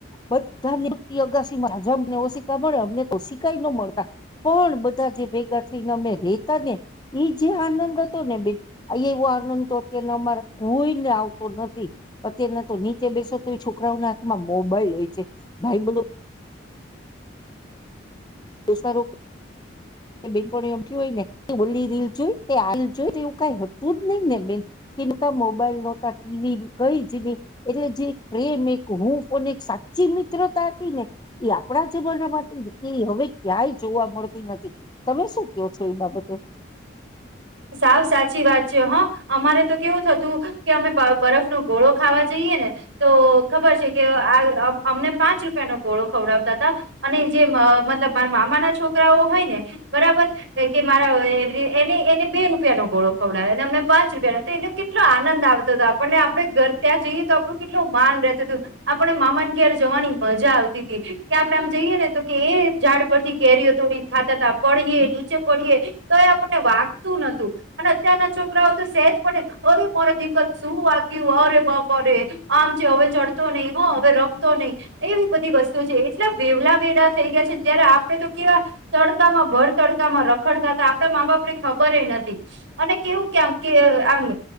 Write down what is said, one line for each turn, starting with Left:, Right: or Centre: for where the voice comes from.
Left: બધાની અગાસીમાં અમને એવ શિક્કા મળે અમને તો સીખાય ન મળતા પણ બધા જે ભેગા થઈને અમે રેતા ને એ જે આનંદ હતો ને બેન આ એવો આનંદ તો અત્ય અમારે કોઈને આવતો નથી અત્યના તો નીચે બેસો તો છોકરાઓ ના હાથમાં મોબાઈલ હોય છે ભાઈ બલો દસ રૂપ બેન હોય ને બોલી રીલ જોઈ રલ જોઈ એવું કઈ હતું જ નહી ને બેન કતા મોબાઈલ નહોતા ટીવી ગઈ જ નહી, એટલે જે પ્રેમ એક હું ફોન એક સાચી મિત્રતા હતી ને એ આપણા જમાનામાં હતી એ હવે ક્યાંય જોવા મળતી નથી. તમે શું કહો છો એ બાબતે
Right: સાવ સાચી વાત છે હા અમારે તો કેવું થતું કે અમે બરફ ન ઘોળો ખાવા જઈએ ને તો ખબર છે, કે આ અમને પાંચ રૂપિયાનોો ઘોળો ખવડાવતા હતા અને જે મતલબ મારા મામાના છોકરાઓ હોય ને બરાબર કે મારા એને એને બે રૂપિયા નો ગોળો ખવડાવે અમને પાંચ રૂપિયા એને કેટલો આનંદ આવતો હતો આપણને આપણે ઘર ત્યાં જઈએ તો આપણું કેટલું માન રહેતું હતું આપને મામાન કર જવાની મજા આવતી હતી કે આપણે આમ જઈએ, ને તો કે એ ઝાડ પરથી કેરીઓ થોડીને ખાતા તા પડીએ નીચે પડીએ તો એ આપણને વા અને અત્યારના છોકરાઓ તો સેજ પડ અરે મોરે દીકત શું વાગ્યું અરે બપ અરે આમ છે, હવે ચડતો નહી હો હવે રમતો નહી એવી બધી વસ્તુ છે એટલા વેવલા વેડા થઈ ગયા છે જયારે આપડે તો કેવા તડકામાં ભર તડકામાં રખડતા હતા આપડા મા બાપ ને ખબર ખબરે નથી અને કેવું કેમ કે આમ